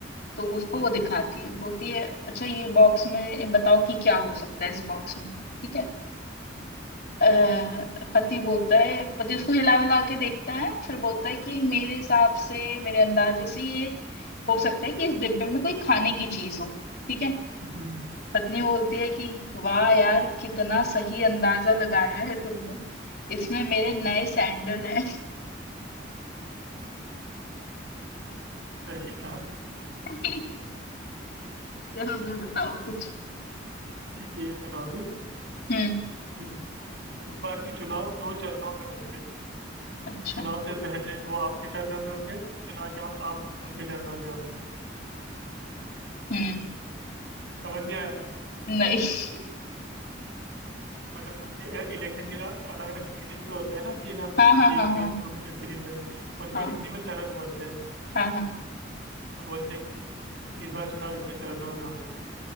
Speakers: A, on the left; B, on the right.
A: तो वो उसको
B: हम्म,
A: वो दिखाती है बोलती है अच्छा ये बॉक्स में बताओ कि क्या हो सकता है इस बॉक्स में ठीक है अह, पति बोलता है पति उसको हिला हिला के देखता है फिर बोलता है कि मेरे हिसाब से मेरे अंदाजे से ये हो सकता है कि इस डिब्बे में कोई खाने की चीज हो ठीक है
B: हम्म,
A: पत्नी बोलती है कि वाह यार कितना सही अंदाजा लगाया है तुमने इसमें मेरे नए सैंडल हैं
B: <laughs> सही था
A: <laughs> चलो तुम बताओ कुछ
B: ठीक है ये सुनो अभी
A: हम्म
B: इस, इस बार के चुनाव दो चरणों में होंगे
A: अच्छा
B: चुनाव से पहले वो आपके चरणों में होंगे चुनाव के बाद आप उनके चरणों में होंगे
A: हम्म
B: समझ नहीं आया
A: नहीं
B: मतलब जो इलेक्शन के ना अलग अलग फेजेस पे होते हैं ना कि ना
A: <laughs> हाँ हाँ
B: एक
A: हाँ
B: फेज
A: हाँ
B: दो फेज थ्री फेज उसको
A: हाँ
B: हिंदी में चरण बोलते हैं
A: हाँ हाँ
B: तो बोलते हैं कि इस बार चुनाव इतने चरणों में हो रहा है